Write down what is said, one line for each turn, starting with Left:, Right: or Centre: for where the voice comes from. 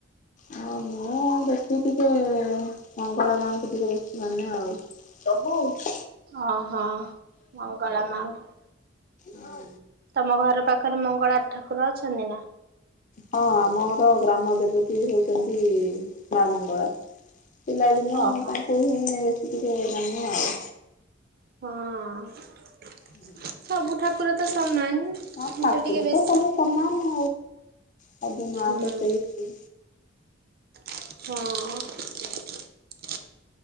Left: ହଁ ମୁଁ ବେଶି ଟିକେ ମଙ୍ଗଳା ମାଙ୍କୁ ଟିକେ ବେଶୀ ମାନେ ଆଉ। ହଁ
Right: ଓହୋ ମଙ୍ଗଳା ମାଙ୍କୁ।
Left: ହଁ।
Right: ତମ ଘର ପାଖରେ ମଙ୍ଗଳା ଠାକୁର ଅଛନ୍ତି ନା?
Left: ହଁ ଆମର ଗ୍ରାମ ଦେବତୀ ହଉଛନ୍ତି ମା ମଙ୍ଗଳା ପିଲାଦିନେ
Right: ଓହୋ।
Left: ତାଙ୍କୁ ହିଁ ଟିକେ ମାନେ ଆଉ।
Right: ହଁ।
Left: ହୁଁ।
Right: ସବୁ ଠାକୁର ତ ସମାନ।
Left: ହଁ
Right: ହେଲେ
Left: ଠାକୁର
Right: ଟିକେ ବେଶୀ
Left: ତ ସବୁ ସମାନ। ସବୁ ମାଆ
Right: ହୁଁ
Left: ତ ସେଇ
Right: ହଁ।